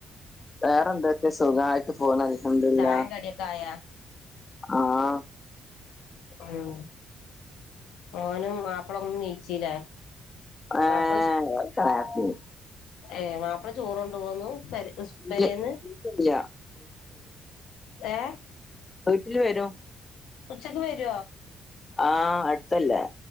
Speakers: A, on the left; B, on the left.
A: വേറെ എന്തക്കോ സുഖായിട്ട് പോണ് അൽ ഹംദുലില്ലാഹ്
B: ചായേം കടിയൊക്കെ ആയാ
A: ആഹ്
B: ഉംമോനും മാപ്പ്ളൊന്നും നീച്ചില്ലേ?
A: ഏഹ്
B: മാപ്പള
A: <unintelligible>
B: ഏഹ് മാപ്പ്ള ചോറോണ്ടോവോന്നും..
A: ഇല്ല
B: പേരേന്ന്
A: ഇല്ല
B: ഏഹ്
A: വീട്ട്ല് വരും.
B: ഉച്ചക്ക് വരോ?
A: ആഹ് അട്ത്തല്ലേ?